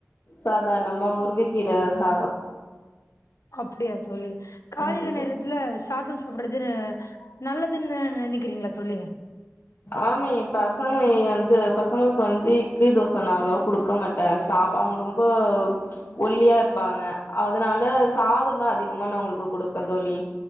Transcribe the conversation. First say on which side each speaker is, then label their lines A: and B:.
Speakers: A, on the left (about 60°); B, on the left (about 85°).
A: சாதாரணமா முருங்க கீர சாதோ
B: அப்டியா தோழி காலைல
A: ஆமா தோழி
B: நேரத்துல சாதம் சாப்புடுறது அ நல்லதுன்னு நெனைக்கிறீங்களா தோழி
A: ஆமா எ பசங்க வந்து பசங்களுக்கு வந்து இட்லி தோச நா அவ்ளோவா குடுக்க மாட் ட சாப்பாங்க அவுங்க ரொம்போ ஒல்லியா இருப்பாங்க அதனால சாதந்தா அதிகமா நா அவுங்களுக்கு குடுப்பந் தோழி